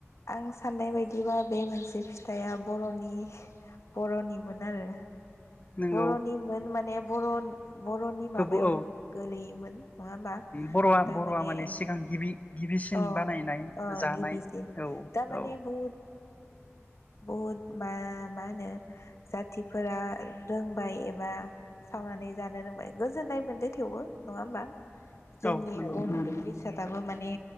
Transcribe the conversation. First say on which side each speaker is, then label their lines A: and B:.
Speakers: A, on the left; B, on the left.
A: आं साननाय बायदिबा बे मोनसे फिथाइया बर'नि बर'निमोन आरो
B: नंगौ
A: बर'नि मोन माने बर' बर'नि
B: गोबौ
A: माबायाव
B: औ
A: गोलैयोमोन नङा होमबा
B: बर'आ
A: थारमाने
B: बर'आ माने सिगां गिबि गिबिसिन
A: अ
B: बानायनाय
A: अ
B: जानाय
A: गिबिसिन
B: औ
A: दा माने
B: औ
A: बहुद बहुद मा मा होनो जाथिफोरा रोंबाय एबा सावनानै जानो रोंबाय गोजोननाय मोनदों थेवबो नङा होमबा जोंनि
B: औ नंगौ
A: साथाबो माने